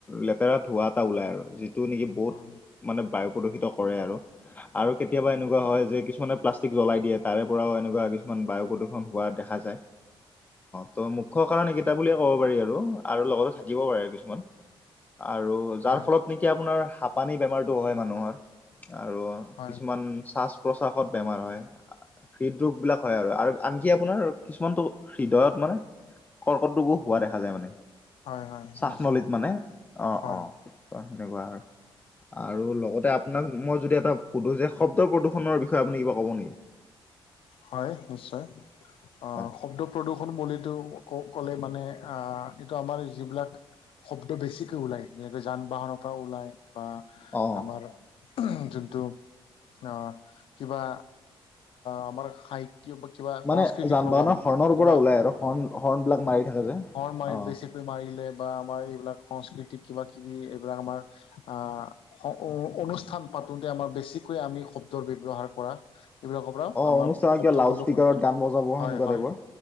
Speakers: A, on the left; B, on the left.
A: লেতেৰা ধঁৱা এটা ওলাই আৰু যিটো নেকি বহুত
B: হয়
A: মানে বায়ু প্ৰদূষিত কৰে আৰু আৰু কেতিয়াবা এনেকুৱা হয় যে কিছুমানে প্লাষ্টিক জ্বলাই দিয়ে তাৰে পৰাও এনেকুৱা কিছুমান বায়ু প্ৰদূষণ হোৱা দেখা যায়ঁ। ত' মুখ্য কাৰণ এইকেইটা বুলিয়ে ক'ব পাৰি আৰু আৰু লগতে থাকিব পাৰে আৰু কিছুমান আৰু যাৰ
B: হয় হয়
A: ফলত নেকি আপোনাৰ হাপানি বেমাৰ হয় মানুহৰ আৰু
B: হয়
A: কিছুমান প্ৰাসত বেমাৰ হয় হৃদৰোগবিলাক হয়, আৰু আনকি আপোনাৰ কিছুমানতটো হৃদয়ত মানে কৰ্কট ৰোগো হোৱা দেখা যায় মানে।
B: হয় হয়
A: চখনলীত
B: নিশ্চয়
A: মানে অ'
B: হয়
A: অ' ত' সেনেকুৱা আৰু আৰু লগতে আপোনাক মই যদি এটা সুধো যে শব্দ প্ৰদূৰণৰ বিষয়ে আপুনি কিবা ক'ব নেকি?
B: হয় নিশ্চয়। অ'
A: হয়
B: শব্দ প্ৰদূ্ষন বুলিটো ক'লে মানে আহ এইটো আমাৰ যিবিলাক শব্দ বেছিকৈ ওলায় যেনেকৈ যান বাহনৰ পৰা ওলায় বা
A: অ
B: আমাৰ যোনটো আহ কিবা আমাৰ হাইট কিবা
A: মানে
B: সংস্কৃতি
A: যান
B: প্ৰগ্ৰাম
A: বাহনৰ হৰ্ণৰ
B: কিবা
A: পৰা ওলাই আৰু হৰ্ণ হৰ্ণবলাক মাৰি থাকে যে।
B: হৰ মাৰি
A: অ
B: বেছিকৈ মাৰিলে বা আমাৰ এইবিলাক সংস্কৃতিক কিবা কিবি এইবিলাক আমাৰ অনুষ্ঠান পাতোঁতে আমাৰ বেছিকৈ আমি শব্দৰ ব্যৱহাৰ কৰা এইবিলাকৰ পৰা
A: অ
B: আমাৰ
A: অনুষ্ঠানত
B: শব্দ
A: কিয় লাউড
B: প্ৰদৰ্শনটো
A: স্পীকাৰত
B: হয়
A: গান বজাব সেনেকুৱা
B: হয়।
A: টাইপৰ